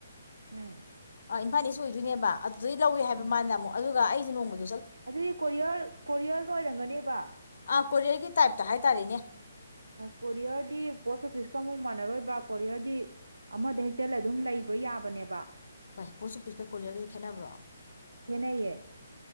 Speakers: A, on the right; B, on the left.
A: ꯎꯝ
B: ꯏꯝꯐꯥꯜ ꯏꯁ ꯑꯣꯏꯗꯣꯏꯅꯦꯕ ꯑꯗꯨꯗꯩ ꯂꯧꯋꯦ ꯍꯥꯏꯕ
A: ꯎꯝ
B: ꯃꯥꯜꯂꯅ ꯑꯃꯨꯛ ꯑꯗꯨꯒ ꯑꯩꯗꯤ ꯅꯣꯡꯃꯗ
A: ꯑꯗꯨꯗꯤ ꯀꯣꯔꯤꯌꯔ ꯀꯣꯔꯤꯌꯔꯒ ꯑꯣꯏꯔꯝꯒꯅꯦꯕ
B: ꯑꯥ ꯀꯣꯔꯤꯌꯔꯒꯤ ꯇꯥꯏꯞꯇ ꯍꯥꯏꯇꯥꯔꯦꯅꯦ
A: ꯀꯣꯔꯤꯌꯔꯗꯤ ꯄꯣꯁ ꯑꯣꯐꯤꯁꯀ ꯑꯃꯨꯛ ꯃꯥꯟꯅꯔꯣꯏꯕ ꯀꯣꯔꯤꯌꯔꯗꯤ ꯑꯃꯗ ꯍꯦꯛꯇꯦꯜ ꯑꯗꯨꯝ ꯂꯩꯕ ꯌꯥꯕꯅꯦꯕ
B: ꯀꯣꯏ ꯄꯣꯠꯁꯨ ꯄꯤꯠꯀ ꯀꯔꯒꯗꯤ ꯈꯦꯠꯅꯕ꯭ꯔꯣ
A: ꯍꯅꯌꯦ